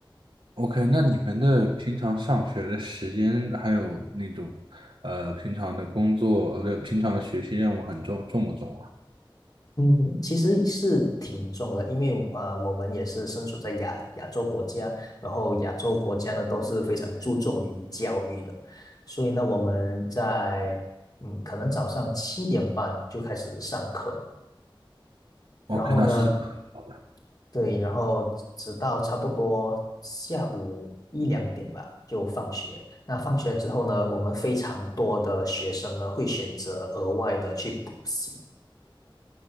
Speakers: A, on the right; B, on the left.
A: OK，那你们的平常上学的时间还有那种呃平常的工作呃不平常的学习任务很重重不重啊
B: 嗯，其实是挺重的，因为呃，我们也是身处在亚亚洲国家，然后亚洲国家呢都是非常注重于教育的，所以呢，我们在嗯，可能早上七点半就开始上课，
A: ？OK，
B: 然后呢，
A: 那是真的很好的。
B: 对，然后直到差不多下午一两点吧，就放学。那放学之后呢，我们非常多的学生呢会选择额外的去补习。